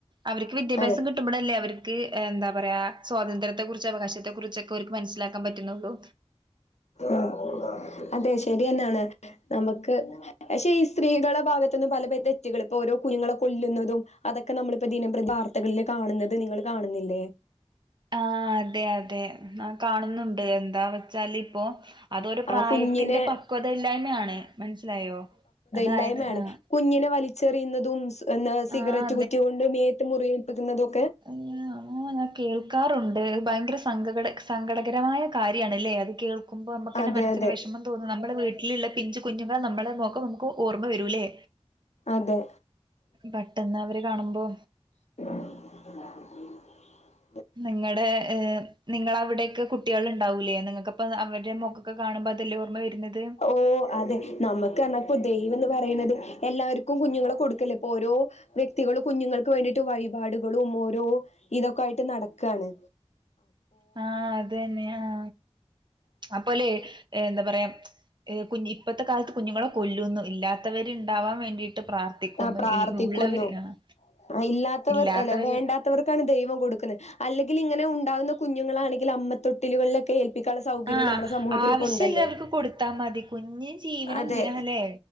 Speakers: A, on the right; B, on the left.
A: അവർക്ക് വിദ്യാഭ്യാസ
B: അതെ
A: കിട്ടുമ്പോല്ലേ അവർക്ക് എന്താ പറയാ സ്വാതന്ത്ര്യത്തെ കുറിച്ച് അവകാശത്തെ കുറിച്ചൊക്കെ അവർക്ക് മനസ്സിലാക്കാൻ പറ്റുന്നുള്ളൂ
B: ആ അതെ ശരിയന്നാണ് നമുക്ക് പക്ഷെ ഈ സ്ത്രീകള ഭാഗത്തുന്ന് പല പ തെറ്റൾ ഇപ്പോൊ ഓര കുുങ്ങളെ കൊല്ലുന്നതും അതൊക്കെ നമ്മിപ്പോ ദിനം പ്രതി വാർത്തകളില് കാണുന്നത് നിങ്ങൾ കാണുന്നില്ലേ
A: ആ അതെ അതെ നാ കാണുന്നുണ്ട് എന്ത് എന്താ വെച്ചാൽ ഇപ്പോൊ അതൊരു പ്രായത്തിന്റെ
B: ആ കുഞ്ഞിനെ
A: പക്വത ഇല്ലായ്മയാണ് മനസ്സിലായോ അതായത്
B: ല്ലായ്മണ്
A: ആഹ്
B: കുഞ്ഞിന ച്ചെറിയുന്നതും എന്ന സിഗരറ്റ്
A: ആഹ്
B: കുറ്റി കൊണ്ട് മേത്ത് മുറിയിൽപ്പിക്കുന്നതും
A: അ ആ ഞാൻ കേൾക്കാറുണ്ട് ഭയങ്കര സങ്കട സങ്കടകരമായ കാര്യണല്ലേ അത് കേൾുമ്പോ നമുക്ക്നെ
B: അതെ
A: മനസ്സിന്
B: അതെ
A: വിഷമം തോന്നും വീട്ടിലുള്ള പിഞ്ചു കുഞ്ഞുങ്ങളൾ നമ്മള മുഖം നമുക്ക് ഓർമ്മ വരൂല്ലേ
B: അതെ
A: പെട്ടെന്ന് അവര് കാണുമ്പോ
B: <unintelligible>
A: നിങ്ങൾ നിങ്ങൾ അവിടെൊക്കെ കുട്ടികൾ ഉണ്ടാവൂലേ നിങ്ങക്ക്പ്പ അവരുടെ മക്കൊക്കെ കാണുമ്പോ ബദല് ഓർമ്മ വരുന്നത്
B: ഓ അതെ നമുക്ക് നപ്പോ പറയുന്നത് എല്ലാവർക്കും കുഞ്ഞുങ്ങളെ കൊടുക്കല്ലേപ്പോ ഓരോ വ്യക്തികള കുഞ്ഞുൾക്ക് വേണ്ടിട്ട മറ്റു വഴിപാടുകളും ഓരോ ഇതൊക്കെ ആയിട്ട് നടക്കുകയാണ്
A: ആ അത് തന്നെയ ആ അപ്പോല്ലെ എന്താ പറയാ കു ഇപ്പോത്തെ കാലത്ത് കുഞ്ഞുങ്ങളെ കൊല്ലുന്നു ഇല്ലാത്തവര് ഉണ്ടാവാൻ വേണ്ടിയിട്ട് പ്രാർത്ഥിക്കുന്നു.
B: ആ പ്രാർത്ഥിക്കുന്നു
A: ഇൽ ഉള്ളവര് ആഹ്
B: ഇല്ലാത്തവർ
A: ഇല്ലാത്തവര്
B: അല്ല വേണ്ടാത്തവർക്കാണ് ദൈവം കൊടുക്കുന്നത് അല്ലെങ്കിൽ ഇങ്ങനെ ഉണ്ടാവുന്ന കുഞ്ഞുങ്ങളാണെങ്കിൽ അമ്മത്തൊട്ടിലുകളിലൊക്കെ എ ക്ക സൗകര്യം
A: ആഹ്
B: നമ്മുടെ സമൂഹത്തി
A: ആവശ്യള്ളവർക്ക്
B: ഇപ്പ ഉണ്ടല്ലോ
A: കൊടുത്താ മതി കുഞ്ഞ് ജീവനെന്തിനാല്ലേ
B: അതെ